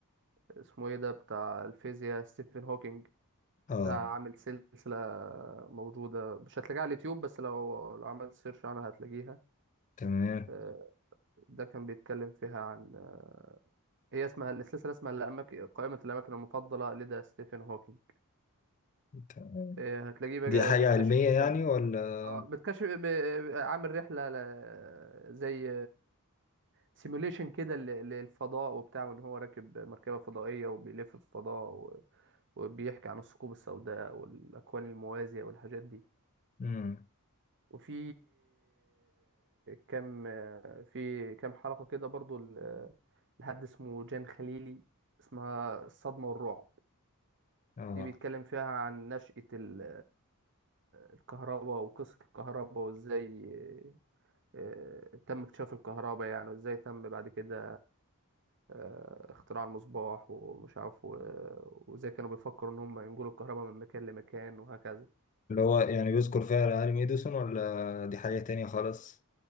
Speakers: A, on the right; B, on the left.
A: اسمه ايه ده بتاع الفيزياء ستيفن هوكينج
B: آه
A: ده عامل سلسلة موجودة مش هتلاقيها على اليوتيوب بس لو لو عملت سيرش عنها هتلاقيها
B: تمام
A: آه، ده كان بيتكلم فيها عن آه، هي اسمها السلسلة اسمها الأماكن قائمة الأماكن المفضلة لدى ستيفن هوكينج
B: تمام
A: آه، هتلاقيه بقى
B: دي حاجة
A: بيكتشف
B: علمية
A: فيها
B: يعني ولا
A: اه بتكشف ب- ب- عامل رحله ل... زي سيموليشن كده ل- للفضاء وبتاع وان هو راكب مركبه فضائيه وبيلف في الفضاء و... وبيحكي عن الثقوب السوداء والاكوان الموازيه والحاجات دي
B: مم.
A: وفي كام في كام حلقه كده برضو ل- لحد اسمه جان خليلي اسمها الصدمه والرعب
B: آه
A: دي بيتكلم فيها عن نشأة ال- الكهرباء وقصة الكهرباء وازاي آه، تم اكتشاف الكهرباء يعني وازاي تم بعد كده آه، اختراع المصباح ومش عارف و- وازاي كانوا بيفكروا ان هم ينقلوا الكهرباء من مكان لمكان وهكذا
B: اللي هو يعني بيذكر فيها العالم إديسون ولا دي حاجة تانية خالص